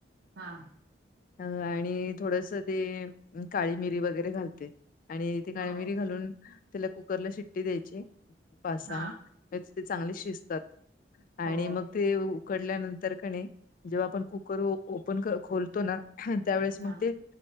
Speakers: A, on the right; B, on the left.
A: हां,
B: अ, आणि थोडस ते काळी मिरी वगैरे घालते. आणि ती काळ
A: हो
B: मििरी घालून त्याला कुकरला शिट्टी द्यायची. पा सा
A: हा
B: ते चांगले शिजतात,, आणि
A: हो
B: मग तेऽ उकडल्यानंतर क नै, जेव्हा आपण कुकर ओपन, खोलतो ना, त्यावेेळेस
A: हा
B: मग तेऽ